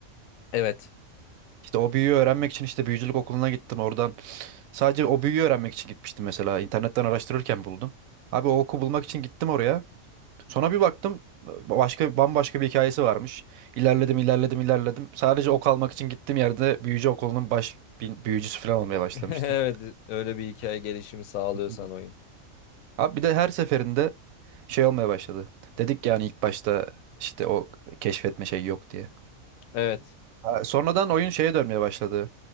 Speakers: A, on the left; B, on the right.
A: Evet.
B: İşte o büyüyü öğrenmek için işte büyücülük okuluna gittim oradan. Sadece o büyüyü öğrenmek için gitmiştim mesela. İnternetten araştırırken buldum. Abi o oku bulmak için gittim oraya. Sonra bir baktım başka bambaşka bir hikayesi varmış. İlerledim, ilerledim, ilerledim. Sadece ok almak için gittiğim yerde büyücü okulunun baş bin- büyücüsü falan olmaya başlamıştım.
A: <laughs> Evet, öyle bir hikaye gelişimi sağlıyorsan
B: Hmm.
A: oyun.
B: Abi bir de her seferinde şey olmaya başladı. Dedik yani ilk başta işte o keşfetme şeyi yok diye.
A: Evet.
B: Ha, Sonradan oyun şeye dönmeye başladı.